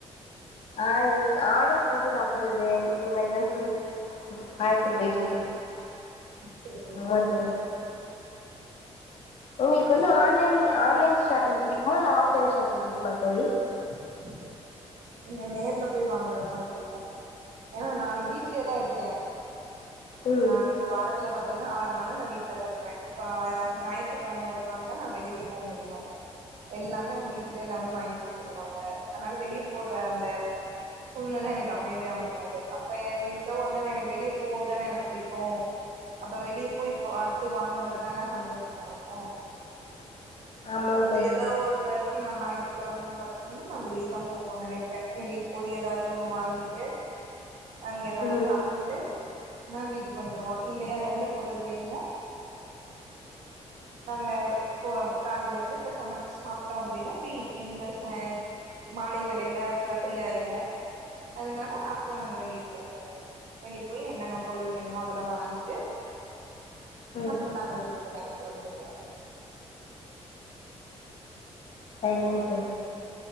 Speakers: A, on the left (about 65°); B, on the right (about 80°).
A: ஆ இருக்கு ஆடர் போட்டு சாப்பறது இந்த மாரிதான் தோழி பாக்க
B: அப்டிங்களா
A: போயிட்டுருக்கு
B: சேரிங்க
A: அமௌன்ட்டு ஒங்களுக்கு வந்து
B: வீட்ல
A: ஆன்லைனிங் ஆன்லைன் ஷாப்பிங் புடிக்குமா இல்ல ஆஃப்லைன் ஷாப்பி்ங் புடிக்குமா தோழி
B: <inaudible> இல்ல நேர்ல போய் வாங்கறதா புடிக்கும் ஏனா நானு வீட்லே தா இருக்கேன்
A: ம்
B: நாளை இப்ப வாரத்துல பாத்தீங்கன்னா ஆறு நாள் நான் வீட்ல தா இருப்பன் பா யா ஞாயித்துக்கெழம ஒரு நாள் தா நா வெளியவே போ முடியும் எல்லாமே அங்க வீட்லே எல்லாமே வாங்கி குடுத்துருவாங்க அதனால வெளியே போற அந்த சூழ்நெல எனக்கு அமையவே அமையாது அப்ப என்னக்கே ஒரு நாள் எனக்கு வெளிய போற தான எனக்கு புடிக்கும் அப்ப வெளிய போயி பாத்து வாங்கறதான சந்தோஷமா இருக்கும்
A: <inaudible>
B: அப்ப
A: தோழி
B: எதோ ஒரு தாட் டி நா ஞாயித்துக்கெழமன் பாத்தீங்கன்னா நா வெளிய தா போவன் நெனைப்பன் வெளிய போயி எதாவது ஒன்னு வாங்கிட்டு அங்க எதாவது
A: ம்
B: சாப்ட்டுட்டு நா வீட்டுக்கு வந்துருவோம் இல்லையா எந்த பொருள் வேணுமோ
A: <inaudible>
B: நாங்க இப்போ இப்ப காலையிலந்து இப்ப சமச்சு சாப்ட்டோ அப்டின்னா இப்பி இந்த ச மாலை வேலைல இப்ப ஃப்ரீயாயிர்வோ அதனால அப்ப நாங்க வெளிய போவோ வெளிய போயி என்னன்ன பொருள் வேணுமோ அதெல்லா வாங்கிட்டு
A: ம்
B: அப்றோ நாங்க வீட்டுக்கு நைட் வந்துருவோ
A: சரிங்க தோழி